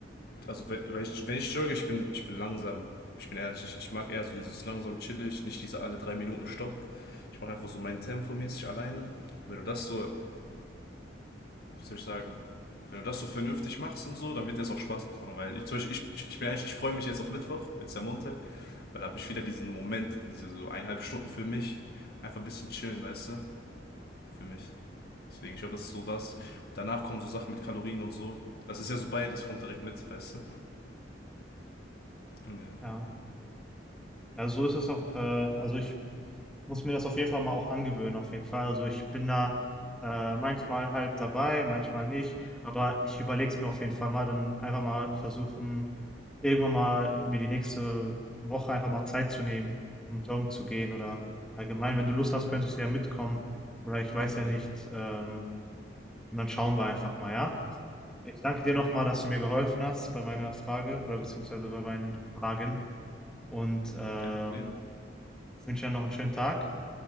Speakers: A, on the left (about 55°); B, in the centre.
A: also wenn, wenn ich, wenn ich jogge, ich bin, ich bin langsam. Ich bin ehrlich, ich, ich mag eher so dieses langsam chillig, nicht diese alle drei Minuten Stopp. Ich mache einfach so mein Tempo mäßig alleine. Und wenn du das so, wie soll ich sagen, wenn du das so vernünftig machst und so, dann wird dir das auch Spaß machen. Weil ich, zum Beispiel, ich, ich bin ehrlich, ich freue mich jetzt auf Mittwoch, jetzt ist ja Montag, weil da habe ich wieder diesen Moment, diese so eineinhalb Stunden für mich, einfach ein bisschen chillen, weißt du, für mich. Deswegen, ich glaube, das ist so das. Und danach kommen so Sachen mit Kalorien und so. Das ist ja so beides, kommt direkt mit, weißt du. Und ja.
B: Ja. Also so ist es auch. Äh, also ich muss mir das auf jeden Fall mal auch angewöhnen, auf jeden Fall. Also ich bin da äh, manchmal halt dabei, manchmal nicht, aber ich überlege es mir auf jeden Fall mal, dann einfach mal versuchen, irgendwann mal mir die nächste Woche einfach mal Zeit zu nehmen, um joggen zu gehen oder allgemein,
A: Mhm.
B: wenn du Lust hast, könntest du ja mitkommen oder ich weiß
A: Ja.
B: ja nicht, ähm, und dann schauen wir einfach mal, ja? Ich danke dir
A: Mhm.
B: nochmal, dass du mir geholfen hast bei meiner Frage oder beziehungsweise
A: Ja,
B: bei meinen Fragen und äh,
A: Kein Problem.
B: wünsche dir noch einen schönen Tag